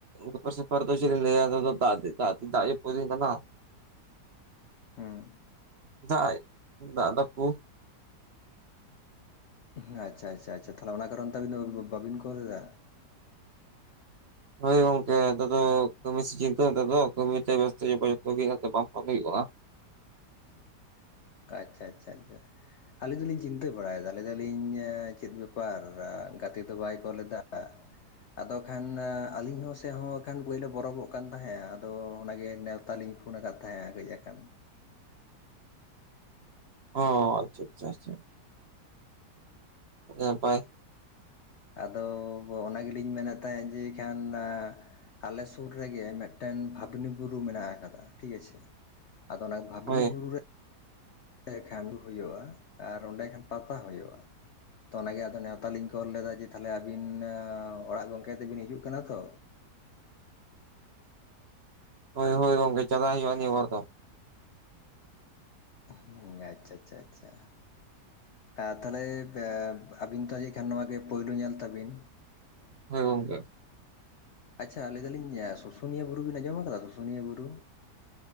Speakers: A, on the right; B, on the left.
A: ᱵᱮᱯᱟᱨ ᱥᱮᱯᱟᱨ ᱫᱚ ᱪᱮᱫ ᱞᱤᱧ ᱞᱟᱹᱭᱟ, ᱟᱫᱚ ᱫᱟᱜ ᱫᱚ ᱫᱟᱜ ᱫᱚ ᱫᱟᱜ ᱡᱟᱹᱯᱩᱫ ᱫᱤᱱ ᱠᱟᱱᱟ ᱾
B: ᱦᱩᱸ
A: ᱫᱟᱜ ᱫᱟᱜ <unintelligible>
B: ᱟᱪᱪᱷᱟ ᱟᱪᱪᱷᱟ ᱟᱪᱪᱷᱟ ᱟᱪᱪᱷᱟ, ᱛᱟᱦᱚᱞᱮ ᱚᱱᱟ ᱠᱟᱨᱚᱱ ᱛᱮ ᱟᱹᱵᱤᱱ ᱫᱚ ᱵᱟᱹᱵᱤᱱ ᱠᱚᱞ ᱮᱫᱟ ᱾
A: ᱦᱳᱭ ᱜᱚᱝᱠᱮ ᱱᱮᱛᱟᱨ ᱫᱚ ᱠᱟᱢᱤ ᱥᱤᱡᱤᱱ ᱛᱚ ᱱᱮᱛᱟᱨ ᱫᱚ ᱠᱟᱢᱤ ᱛᱮ ᱵᱮᱥᱛᱚ <unintelligible> ᱜᱮ ᱦᱟᱜ ᱟᱫᱚ ᱵᱟᱝ ᱠᱟᱢᱤ ᱦᱩᱭᱩᱜ-ᱟ ᱾
B: ᱟᱪᱪᱷᱟ ᱟᱪᱪᱷᱟ ᱟᱪᱪᱷᱟ ᱾ ᱟᱹᱞᱤᱧ ᱫᱚᱞᱤᱧ ᱪᱤᱱᱛᱟᱹ ᱵᱟᱲᱟᱭᱮᱫᱟ ᱞᱟᱹᱭ ᱮᱫᱟᱞᱤᱧ ᱮ ᱪᱮᱫ ᱵᱮᱯᱟᱨ ᱜᱟᱛᱮ ᱫᱚ ᱵᱟᱭ ᱠᱚᱞ ᱮᱫᱟ ᱾ ᱟᱫᱚ ᱠᱷᱟᱱ ᱟᱹᱞᱤᱧ ᱦᱚᱸ ᱥᱮᱫ ᱦᱚᱸ ᱠᱷᱟᱱ ᱯᱳᱭᱞᱳ ᱵᱚᱨᱚᱵᱚᱜ ᱠᱟᱱ ᱛᱟᱦᱮᱭᱟ ᱾ ᱟᱫᱚ ᱚᱱᱟᱜᱮ ᱱᱮᱶᱛᱟ ᱞᱤᱧ ᱯᱷᱳᱱ ᱟᱠᱟᱫ ᱛᱟᱦᱮᱜ-ᱟ ᱠᱟᱹᱡ ᱟᱠᱷᱟᱱ,
A: ᱚ ᱟᱪᱪᱷᱟ ᱟᱪᱪᱷᱟ ᱾ ᱱᱟᱯᱟᱭ
B: ᱟᱫᱚ ᱚᱱᱟ ᱜᱮᱞᱤᱧ ᱢᱮᱱᱮᱫ ᱛᱟᱦᱮᱸᱫ ᱡᱮ ᱟᱠᱷᱟᱱ ᱟᱸ ᱟᱞᱮ ᱥᱩᱨ ᱨᱮᱜᱮ ᱢᱤᱫᱴᱮᱱ ᱵᱷᱟᱵᱽᱱᱤ ᱵᱩᱨᱩ ᱢᱮᱱᱟᱜ ᱟᱠᱟᱫᱟ ᱴᱷᱤᱠ ᱟᱪᱷᱮ᱾ ᱟᱫᱚ ᱚᱱᱟ ᱵᱷᱟᱵᱱᱤ
A: ᱦᱳᱭ
B: ᱵᱩᱨᱩ ᱨᱮ ᱮᱜ ᱠᱷᱟᱱᱰᱩ ᱦᱩᱭᱩᱜ-ᱟ ᱟᱨ ᱚᱸᱰᱮ ᱠᱷᱟᱱ ᱯᱟᱛᱟ ᱦᱩᱭᱩᱜ-ᱟ᱾ ᱛᱚ ᱚᱱᱟᱜᱮ ᱟᱫᱚ ᱱᱮᱣᱛᱟ ᱞᱤᱧ ᱠᱚᱞ ᱞᱮᱫᱟ ᱡᱮ ᱛᱟᱦᱚᱞᱮ ᱟᱵᱤᱱ ᱚᱲᱟᱜ ᱜᱚᱝᱠᱮ ᱟᱛᱮᱵᱤᱱ ᱦᱤᱡᱩᱜ ᱠᱟᱱᱟ ᱛᱚ?
A: ᱦᱳᱭ ᱦᱳᱭ ᱜᱚᱝᱠᱮ ᱪᱟᱞᱟᱜ ᱦᱩᱭᱩᱜ-ᱟ ᱱᱤᱭᱟᱹ ᱵᱟᱨ ᱫᱚ᱾
B: ᱦᱩᱸ ᱜᱚᱝᱠᱮ ᱟᱪᱪᱷᱟ ᱟᱪᱪᱷᱟ ᱟᱪᱪᱷᱟ, ᱟ ᱛᱟᱦᱚᱞᱮ ᱟᱹᱵᱤᱱ ᱛᱚ ᱠᱷᱟᱱ ᱱᱚᱣᱟ ᱜᱮ ᱯᱩᱭᱞᱩ ᱧᱮᱞ ᱛᱟᱵᱤᱱ᱾
A: ᱦᱳᱭ ᱜᱚᱝᱠᱮ,
B: ᱟᱪᱪᱷᱟ ᱟᱹᱞᱭ ᱫᱟᱹᱞᱤᱧ ᱥᱩᱥᱩᱱᱤᱭᱟᱹ ᱵᱩᱨᱩ ᱵᱤᱱ ᱟᱸᱡᱚᱢ ᱟᱠᱟᱫᱟ ᱥᱩᱥᱩᱱᱤᱭᱟᱹ ᱵᱩᱨᱩ?